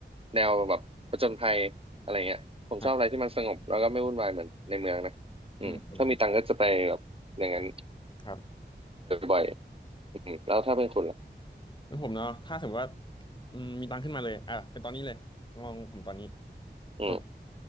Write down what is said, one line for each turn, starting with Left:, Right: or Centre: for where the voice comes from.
Right: แนวแบบผจญภัยอะไรเงี้ยผมชอบอะไรที่มันสงบแล้วก็ไม่วุ่นวายเหมือนในเมืองนะอืมถ้ามีตังค์ก็จะไปแบบอย่างนั้น
Left: ครับอืมอืมครับ
Right: บ่อยๆอืมแล้วถ้าเป็นคุณล่ะ
Left: แล้วผมเนาะถ้าสมมติว่าอืมมีตังค์ขึ้นมาเลยอ่ะเป็นตอนนี้เลยมองผมตอนนี้
Right: อืม
Left: ผม